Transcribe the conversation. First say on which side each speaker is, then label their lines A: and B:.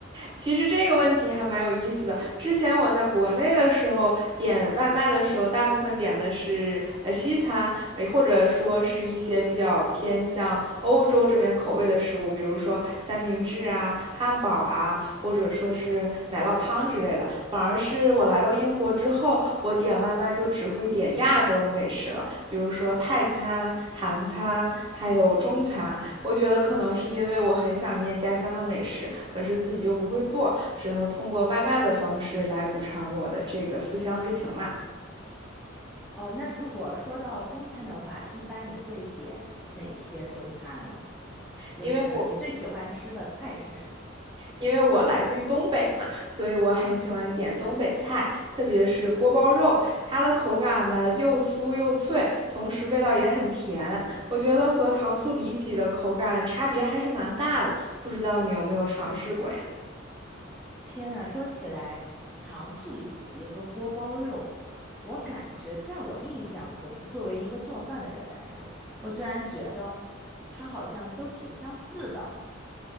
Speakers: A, on the right; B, in the centre.
A: 其实这个问题还蛮有意思的。之前我在国内的时候点外卖的时候，大部分点的是呃西餐，呃或者说是一些比较偏向欧洲这边口味的食物，比如说三明治啊、汉堡啊，或者说是奶酪汤之类的。反而是我来到英国之后，我点外卖就只会点亚洲的美食了，比如说泰餐、韩餐，还有中餐。我觉得可能是因为我很想念家乡的美食，可是自己又不会做，只能通过外卖的方式来补偿我的这个思乡之情啦。
B: 哦，那如果说到中餐的话，一般你会点哪一些中餐呢？就是你最喜欢吃的菜是什么？
A: 因为我因为我来自于东北嘛，所以我很喜欢点东北菜，特别是锅包肉，它的口感呢又酥又脆，同时味道也很甜。我觉得和糖醋里脊的口感差别还是蛮大的，不知道你有没有尝试过呀？
B: 天呐，说起来，糖醋里脊和锅包肉，我感觉在我印象中，作为一个做饭的人来说，我居然觉得它好像都挺相似的。